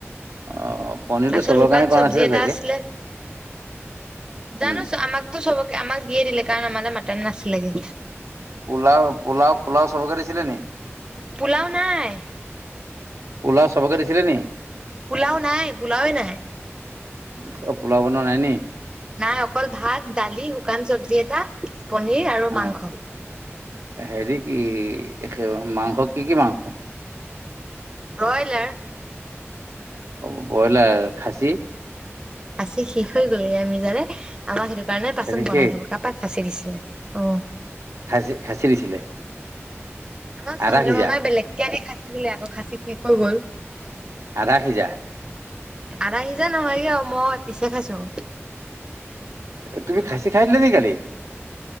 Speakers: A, on the right; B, on the right.
A: অ' পনীৰটো
B: তাছত
A: চবৰ
B: শুকান
A: কাৰণে কৰা
B: চবজি
A: নাছিলে
B: এটা
A: চাগে
B: আছিলে।
A: উম।
B: জানো আমাকতো চবকে আমাক দিয়ে দিলে কাৰণ আমালে মটন নাছিলেগে।
A: পোলাও- পোলাও -পোলাও চবকে দিছিলে নি?
B: পোলাও নাই।
A: পোলাও চবকে দিছিলে নি?
B: পুলাও নাই পুলাওয়ে নাই।
A: চব পোলাও বনোৱা নাই নি?
B: নাই অকল ভাত দালি শুকান চব্জি এটা পনীৰ আৰু
A: অ
B: মাংস।
A: হেৰি কি এখে মাংস কি- কি মাংস?
B: ব্ৰইলাৰ
A: অ কইলাৰ খাচী -
B: আছে শেষ হৈ গল গে‌ আমি জানে আমাক সেইটো কাৰণে পাচন
A: খাচী
B: বনাই
A: সেই
B: থাকো তাপা খাচি দিছিলে অ।
A: খাচি, খাচি দিছিলে।
B: আমাক চন্দ্ৰমামাই
A: আধা সিজা
B: বেলেগকে আনি খাছি দিলে আকৌ খাচি শেষ হৈ গ'ল।
A: আধা সিজা
B: আদা সিজা নহয়গে আৰু মই এপিছে খাইছো।
A: তুমি খাচী খাই দিলা নি কালি?